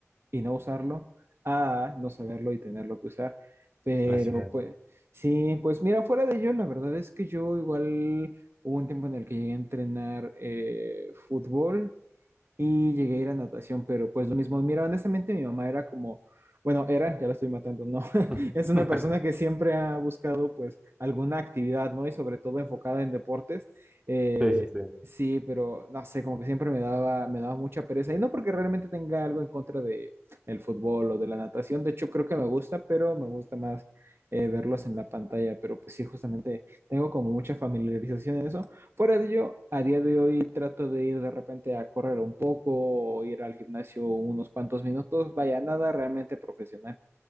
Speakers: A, on the right; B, on the right.
A: y no usarlo, a no saberlo y tenerlo que usar. Pero
B: Así es.
A: pues, sí, pues mira, fuera de ello, la verdad es que yo igual hubo un tiempo en el que llegué a entrenar eh, fútbol y llegué a ir a natación, pero pues lo mismo, mira, honestamente mi mamá era como, bueno, era, ya la estoy matando, no, <laughs>
B: <laughs>
A: es una persona que siempre ha buscado pues alguna actividad, ¿no? Y sobre todo enfocada en deportes. Eh,
B: Sí, sí, sí.
A: sí, pero no sé, como que siempre me daba, me daba mucha pereza, y no porque realmente tenga algo en contra de el fútbol o de la natación, de hecho creo que me gusta, pero me gusta más eh, verlos en la pantalla, pero pues sí, justamente tengo como mucha familiarización en eso. Fuera de ello, a día de hoy trato de ir de repente a correr un poco o ir al gimnasio unos cuantos minutos. Vaya, nada realmente profesional.